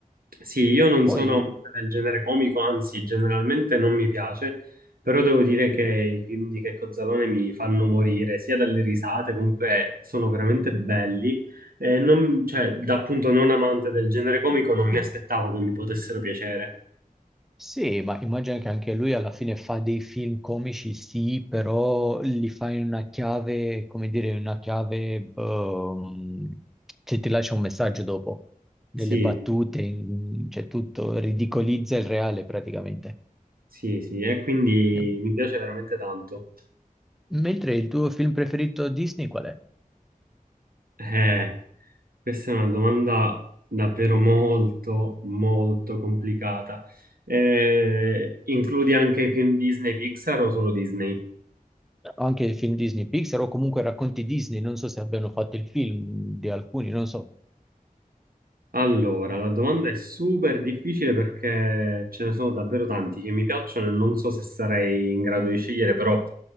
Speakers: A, on the right; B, in the centre.
A: Sì, io non
B: Poi,
A: sono amante del genere comico, anzi, generalmente non mi piace, però devo dire che i film di Checco Zalone mi fanno morire, sia dalle risate, comunque sono veramente belli. E non- cioè, da appunto non amante del genere comico, non mi aspettavo che mi potessero piacere.
B: sì, ma immagino che anche lui alla fine fa dei film comici, sì, però li fa in una chiave, come dire, in una chiave ehm, che ti lascia un messaggio dopo, delle
A: Sì,
B: battute, in- cioè tutto, ridicolizza il reale praticamente.
A: sì, sì, e quindi
B: Ehm,
A: mi piace veramente tanto.
B: Mentre il tuo film preferito Disney qual è?
A: Eh. Questa è una domanda davvero molto, molto complicata. Eh, includi anche i film Disney Pixar o solo Disney?
B: Anche i film Disney Pixar o comunque racconti Disney, non so se abbiano fatto il film di alcuni, non so.
A: Allora, la domanda è super difficile perché ce ne sono davvero tanti che mi piacciono e non so se sarei in grado di scegliere, però